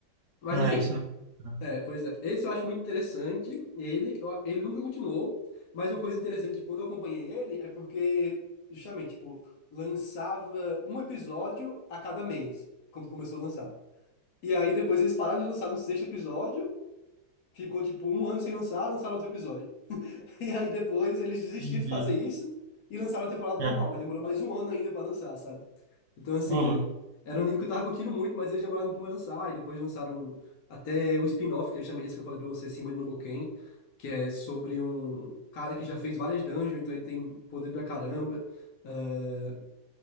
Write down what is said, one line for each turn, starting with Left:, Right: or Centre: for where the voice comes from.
Left: Mas
Right: Ah,
Left: enfim,
Right: esse não. Ah,
Left: é, pois é, esse eu acho muito interessante. Ele, eu- ele nunca continuou, mas uma coisa interessante de quando eu acompanhei ele é porque, justamente, tipo, lançava um episódio a cada mês, quando começou a lançar. E aí depois eles pararam de lançar no sexto episódio, ficou tipo um ano sem lançar, lançaram outro episódio. <laughs> E aí depois eles desistiram
Right: Entendi.
Left: de fazer isso e lançaram a temporada normal,
Right: É.
Left: mas demorou mais um ano ainda pra lançar, sabe? Então, assim,
Right: Ô, louco.
Left: era um anime que eu tava curtindo muito, mas eles demoraram muito pra lançar, e depois lançaram até o spin-off, que é justamente esse que eu falei pra você, Shinba no Boken, que é sobre um cara que já fez várias dungeons, então ele tem poder pra caramba. Ah,